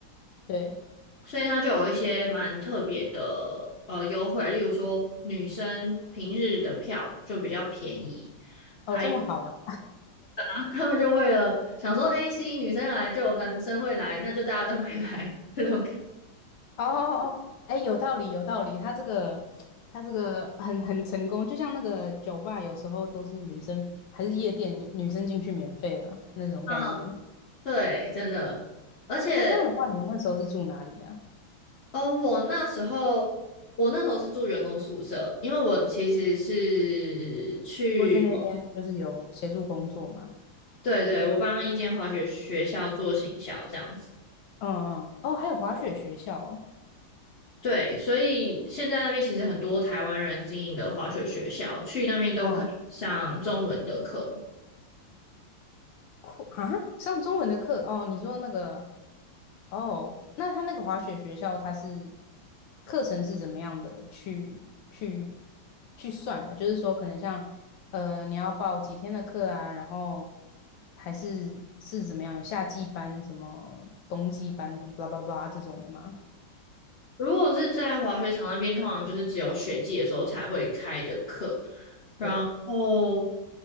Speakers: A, on the left; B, on the left.
A: 对，
B: 所以它就有一些蛮特别的呃优惠，例如说女生平日的票就比较便宜，还
A: 哦，这么好啊。
B: <laughs> 他们就为了想说，哎，吸引女生来，就有男生会来，那就大家都会来 <laughs> 这种感觉，
A: 哦哦哦，哎，有道理，有道理。他这个，他这个很很成功，就像那个酒吧，有时候都是女生，还是夜店，女生进去免费的啊那种概念。
B: 嗯，对，真的。而且
A: 那这样的话，你那时候是住哪里啊？
B: 哦，我那时候，我那时候是住员工宿舍，因为我其实是去，
A: 过去那边就是有协助工作吗？
B: 对对，我帮一间滑雪学校做行销这样子，
A: 嗯嗯，哦，还有滑雪学校哦
B: 对，所以现在那边其实很多台湾人经营的滑雪学校，去那边都可以上中文的课。
A: 嗯，酷啊，上中文的课哦。你说那个哦，那他那个滑雪学校，他是课程是怎么样的去去去算啊？就是说，可能像呃，你要报几天的课啊，然后还是是怎么样？有夏季班、什么冬季班、什么 blah blah blah 这种的吗？
B: 如果是在滑雪场那边，通常就是只有雪季的时候才会开的课，然后。
A: 对，